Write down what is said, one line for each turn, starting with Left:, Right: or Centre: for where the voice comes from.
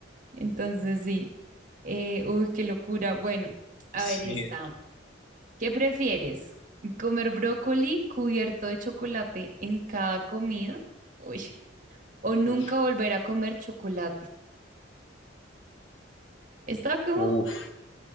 Right: entonces sí, Eh, uy, qué locura, bueno, a
Left: Sí,
Right: ver esta, ¿qué prefieres? ¿Comer brócoli cubierto de chocolate en cada comida? Uy, o nunca
Left: uff,
Right: volver a comer chocolate. Está como
Left: uff.